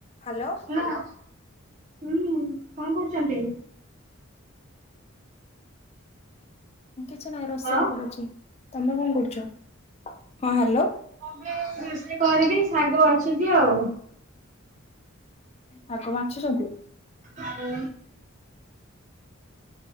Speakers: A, on the left; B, on the right.
A: Hello.
B: ହେଲା ହୁଁ କଣ କରୁଚନ୍ତି?
A: କିଛି ନାହିଁ ରୋଷେଇ
B: ହଁ
A: କରୁଛି ତମେ କଣ କରୁଚ ହଁ ହାଲୋ।
B: ମୁଁ ବି ରୋଷେଇ କରିବି ଶାଗ ବାଛୁଚି ଆଉ।
A: ଶାଗ ବାଛୁଚନ୍ତି।
B: ଆଉ।